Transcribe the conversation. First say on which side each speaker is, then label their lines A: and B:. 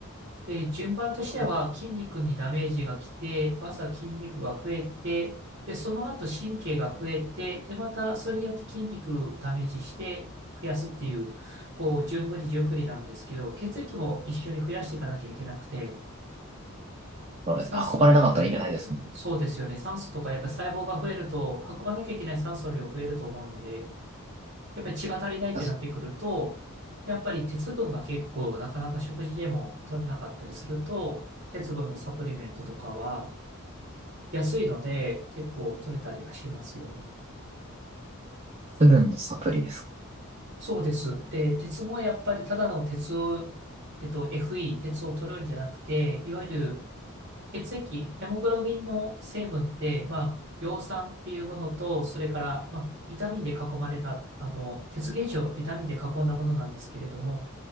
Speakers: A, on the right; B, on the right.
A: で、順番としては筋肉にダメージが来て、
B: ほど
A: まずは筋肉が増えて、で、その後神経が増えて、で、またそれによって筋肉ダメージして増やすっていう、こう、順繰り順繰りなんですけど、血液も一緒に増やしていかなきゃいけなくて、
B: これ運ばれなかったら意味ないですもんね。
A: 酸素の量が足りないので、そうですよね。酸素とかやっぱり細胞が増えると、運ばなきゃいけない酸素の量増えると思うので、やっぱり血が足りないってなってくると、
B: 確かに
A: やっぱり鉄分が結構なかなか食事でも取れなかったりすると、鉄分のサプリメントとかは安いので結構取れたりはしますよね。
B: 鉄分のサプリです。
A: そうです。で、鉄もやっぱりただの鉄を、えっと、FE、鉄を取るんじゃなくて、いわゆる血液、ヘモグロビンの成分って、まあ、葉酸っていうものと、それから、まあ、ビタミンで囲まれた、あの、鉄原子をビタミンで囲んだものなんですけれども、